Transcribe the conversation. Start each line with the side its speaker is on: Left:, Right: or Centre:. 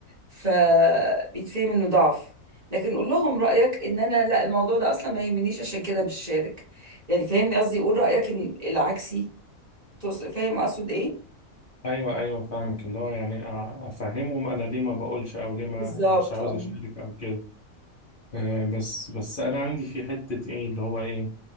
Right: فبيتفهم انه ضعف لكن قول لهم رأيك ان انا لا الموضوع ده اصلا ما يهمنيش عشان كده مش شارك يعني فاهمني قصدي قول رأيك ان العكسي تقص- فاهم اقصد ايه
Left: ايوه ايوه فاهمك اللي هو يعني أ- افهمهم انا ليه ما بقولش او ليه ما
Right: بالظبط
Left: مش عاوز
Right: اه
Left: اشارك او كده آه، بس بس انا عندي في حتة ايه اللي هو ايه